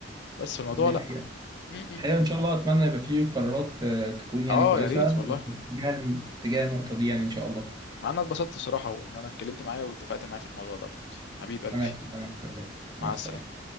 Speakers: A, on the left; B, on the right.
A: بس في الموضوع
B: دي
A: لا
B: حقيقه
A: م- م-
B: الحقيقه ان
A: م.
B: شاء الله اتمنى يبقى فيه قرارات آه، تكون يعني
A: اه
B: كويسه
A: يا ريت
B: في
A: والله
B: اتجاه في اتجاه النقطه دي يعني ان شاء الله
A: مع ان أنا اتبسطت الصراحه وان انا اتكلمت معايا واتفقت معايا في الموضوع ده حبيب قلبي
B: انا اكيد انا اكتر برضه
A: مع
B: مع السلامه
A: السلامه